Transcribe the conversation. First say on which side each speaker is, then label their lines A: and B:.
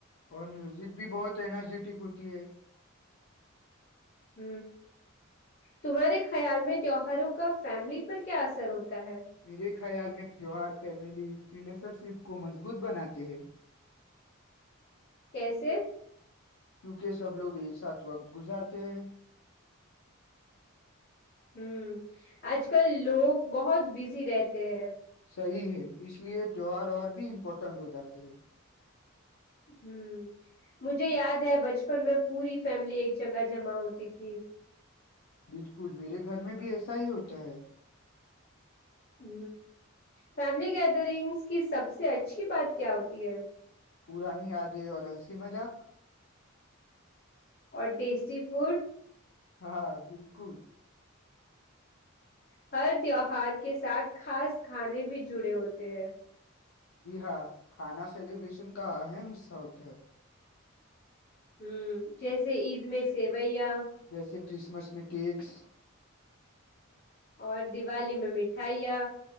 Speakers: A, on the left (about 70°); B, on the left (about 40°).
A: اور میوزک بھی بہت انرجیٹک ہوتی ہے
B: ہ تمہارے خیال میں تیوہاروں کا فیملی پر کیا اثر ہوتا تا ہے <unintelligible>
A: میرے خیال میں تیوار فیملی ریلیشن شپ کو مضبوط بناتے ہیں
B: کیسے
A: کیونکہ سب لوگ ایک ساتھ وقت گزارتے ہیں
B: ہوں آج کل لوگ بہت بزی رہتے ہیں
A: صحیح ہے اس لیے تیوہار اور بھی امپورٹنٹ ہو جاتے ہیں
B: ہ مجھے یاد ہے بچپن میں پوری فیملی ایک جگہ جمع ہوتی تھی
A: بالکل میرے گھر میں بھی ایسا ہی ہوتا ہے
B: ہ فیملی گیدرنگس کی سب سے اچھی بات کیا ہوتی ہے
A: پرانی یادیں اور ہنسی مذاق
B: اور ٹیسٹی فوڈ
A: ہاں بالکل
B: ہر تہوہار کے ساتھ خاص کھانے بھی جڑے ہوتے ہیں
A: جی ہاں کھانا سیلیبریشن کا اہم حصہ ہوتا ہے
B: ہوں جیسے عید میں سے بھیا
A: جیسے کرسمس میں کیکس
B: اور دیوالی میں مٹھائیاں